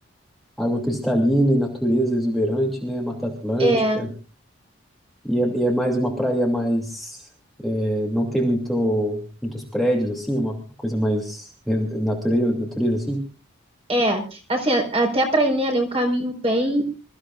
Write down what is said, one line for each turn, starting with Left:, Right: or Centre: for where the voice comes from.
Centre: água cristalina e natureza exuberante, né? Mata Atlântica.
Right: É,
Centre: E é, e é mais uma praia mais. é, não tem muito, muitos prédios, assim, é uma, uma coisa mais re- natureza, natureza, assim.
Right: é. Assim, a- até pra ir nela é um caminho bem,